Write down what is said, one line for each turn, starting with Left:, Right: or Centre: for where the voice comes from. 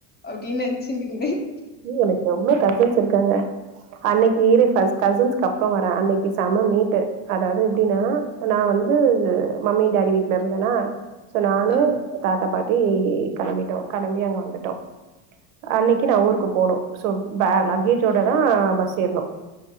Left: அப்டின்னு நெனச்சினு இருந்தேன்
Right: உனக்கு எவ்ளோ கசின்ஸ் இருக்காங்க அன்னைக்கு ஈரு கசின்ஸு அப்பறம் வரேன் அன்னைக்கு செம்ம மீட் அதாவது எப்டின்னா நான் வந்து மம்மி டாடி வீட்டுல இருந்தேன்னா சோ நானு
Left: ம்.
Right: தாத்தா பாட்டி கிளம்பிட்டோம் கிளம்பி அங்க வந்துட்டோம் அன்னை ந ஊரு ஊருக்கு போணோம் சோ பே லக்கேஜோட தான் பஸ் ஏரணும்